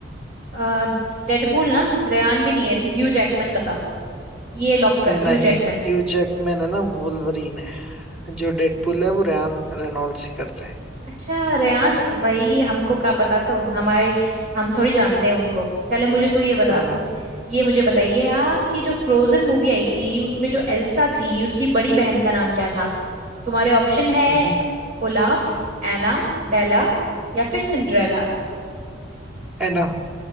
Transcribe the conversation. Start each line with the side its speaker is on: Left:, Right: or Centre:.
Right: अ, डेडपूल ना रेयान भी नहीं है तो ह्यू जैकमैन बता ये लॉक कर ह्यू
Centre: नहीं
Right: जैकमैन
Centre: ह्यू जैकमैन है ना वुल्वरीन है जो डेडपूल है वो रेयान रेनॉल्ड्स ही करते हैं
Right: अच्छा रेयान भाई हमको क्या पता तो हमारे हम थोड़ी जानते हैं उनको चले मुझे तू ये बता
Centre: हम्म
Right: आप ये मुझे बताइए आपकी जो फ्रोजन मूवी आई थी उसमें जो एल्सा थी उसकी बड़ी बहन का नाम क्या था तुम्हारे ऑप्शन है
Centre: हम्म।
Right: ओलाफ एना बेला या फिर सिंड्रेला
Centre: है ना